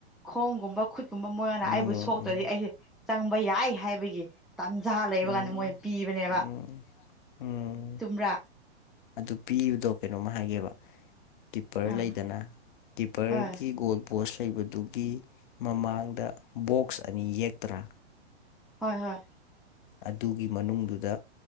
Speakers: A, in the centre; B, on the left.
A: ꯈꯣꯡꯒꯨꯝꯕ ꯈꯨꯠꯀꯨꯝꯕ ꯃꯣꯏꯅ
B: ꯎꯝ
A: ꯑꯩꯕꯨ ꯁꯣꯛꯇ꯭ꯔꯗꯤ ꯑꯩꯁꯦ ꯆꯪꯕ ꯌꯥꯏ ꯍꯥꯏꯕꯒꯤ ꯇꯟꯖꯥ ꯂꯩꯕ
B: ꯎꯝ
A: ꯀꯥꯟꯗ ꯃꯣꯏꯅ ꯄꯤꯕꯅꯦꯕ
B: ꯎꯝ ꯎꯝ
A: ꯆꯨꯝꯕ꯭ꯔꯥ
B: ꯑꯗꯨ ꯄꯤꯕꯗꯣ ꯀꯩꯅꯣꯝꯃ ꯍꯥꯏꯒꯦꯕ ꯀꯤꯞꯄꯔ
A: ꯑꯥ
B: ꯂꯩꯗꯅ ꯀꯤꯞꯄꯔꯒꯤ
A: ꯍꯣꯏ
B: ꯒꯣꯜ ꯄꯣꯁ ꯂꯩꯕꯗꯨꯒꯤ ꯃꯃꯥꯡꯗ ꯕꯣꯛꯁ ꯑꯅꯤ ꯌꯦꯛꯇ꯭ꯔꯥ
A: ꯍꯣꯏ ꯍꯣꯏ
B: ꯑꯗꯨꯒꯤ ꯃꯅꯨꯡꯗꯨꯗ